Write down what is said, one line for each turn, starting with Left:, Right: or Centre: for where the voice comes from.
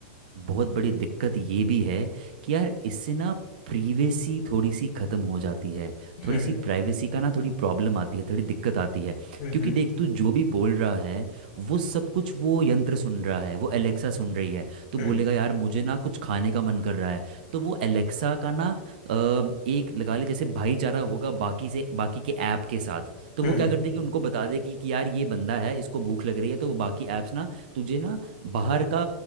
Right: बहुत बड़ी दिक्कत ये भी है कि यार इससे ना प्रीवेसी थोड़ी सी ख़त्म हो जाती है थोड़ी
Left: हम्म
Right: सी प्राइवेसी का ना थोड़ी प्रॉब्लम आती है थोड़ी दिक्कत आती है
Left: हम्म
Right: क्योंकि
Left: हम्म
Right: देख तू जो भी बोल रहा है वो सब कुछ वो यंत्र सुन रहा है वो एलेक्सा सुन रही है तो
Left: हम्म
Right: बोलेगा यार मुझे ना कुछ खाने का मन कर रहा है तो वो एलेक्सा का ना अ, एक लगा ले जैसे भाईचारा होगा बाकी से बाकी के ऐप के साथ तो
Left: हम्म
Right: वो क्या
Left: हम्म
Right: कर दे कि उनको बता दे कि, कि यार ये बंदा है इसको भूख लग रही है तो वो बाकी ऐप्स ना तुझे ना बाहर का